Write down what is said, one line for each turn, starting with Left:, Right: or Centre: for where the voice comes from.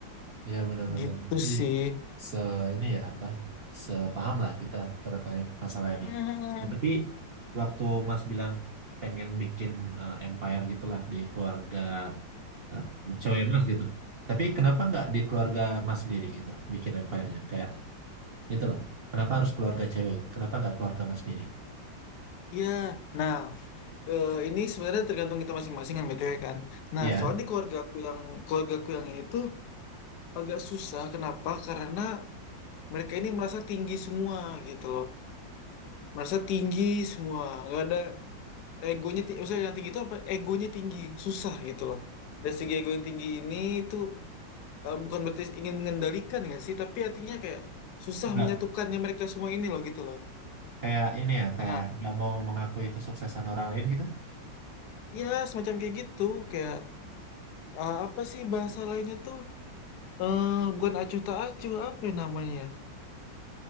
Right: Ya benar-benar
Left: gitu
Right: nanti
Left: sih
Right: se ini ya apa sepaham lah kita terkait masalah
Left: Hmm,
Right: ini. Nah, tapi waktu Mas bilang pengen bikin eh, empire gitulah di keluarga eh, cewek Mas gitu. Tapi kenapa nggak di keluarga Mas sendiri gitu bikin empire-nya kayak Itu loh. Kenapa harus keluarga cewek? gitu? Kenapa nggak keluarga mas sendiri?
Left: Ya. nah Eh, ini sebenarnya tergantung kita masing-masing kan BTW kan. Nah,
Right: Iya.
Left: Nah, soalnya di keluarga aku yang keluarga aku yang ini tuh agak susah. Kenapa? Karena mereka ini merasa tinggi semua gitu loh. Merasa tinggi semua. Gak ada egonya. ti- Maksudnya yang tinggi itu apa? Egonya tinggi. Susah gitu loh. Dari segi ego yang tinggi ini itu eh, bukan berarti ingin mengendalikan nggak sih, tapi artinya kayak susah
Right: Nggak
Left: menyatukannya mereka semua ini loh gitu loh.
Right: kayak ini ya, kayak
Left: Nah,
Right: nggak mau mengakui kesuksesan orang lain gitu.
Left: ya semacam kayak gitu. Kayak eh, apa sih bahasa lainnya tuh? eh bukan acuh tak acuh apa ya namanya